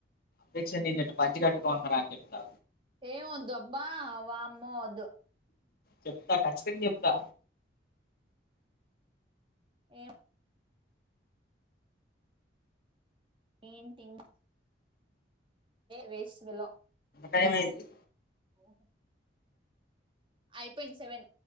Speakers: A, on the left (about 55°); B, on the right (about 30°).
A: దీక్ష నిన్నిట్ట పంచ కట్టుకోమందిర అని చెప్తా
B: ఏం వద్దబ్బా వామ్మో వద్దు
A: చెప్తా కఖచ్చితంగా చెప్తా
B: ఏం పెయింగ్ వేస్ ఫెలో
A: టైం అయింది
B: అ అయిపోయింది సెవెన్